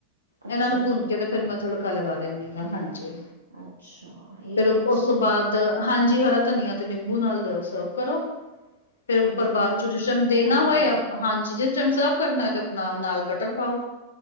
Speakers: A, on the right; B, on the left.
A: ਅੱਛਾ-ਅੱਛਾ,
B: ਇਹਨਾਂ ਨੂੰ ਭੁੰਨ ਕੇ? ਫਿਰ ਮੈਂ ਤੜ੍ਹਕਾ, ਲਗਾ ਦਿੰਦੀ ਹਾਂ ਹਾਂਜੀ।
A: ਅੱਛਾ, ਇਹ
B: ਫਿਰ ਉਸ
A: ਅੱਛਾ
B: ਤੋਂ
A: ਹੈ।
B: ਬਾਅਦ ਹਾਂਜੀ ਹਰਾ ਧਨੀਆ ਤੇ ਨਿੰਬੂ ਨਾਲ ਸਰਵ ਕਰੋ। ਫਿਰ ਉੱਪਰ
A: ਹਾਂਜੀ,
B: ਬਾਅਦ
A: ਨਾਲੇ
B: ਚੋਂ ਜਿਸ ਟਾਈਮ
A: ਮਸਾਲਾ
B: ਦੇਣਾ ਹੋਏ
A: ਪਾ ਦੋ।
B: ਹਾਂਜੀ ਜਿਸ ਟਾਈਮ ਸਰਵ ਕਰਨਾ ਤੇ ਆਪਣਾ ਨਾਲ ਬਟਰ ਪਾਓ।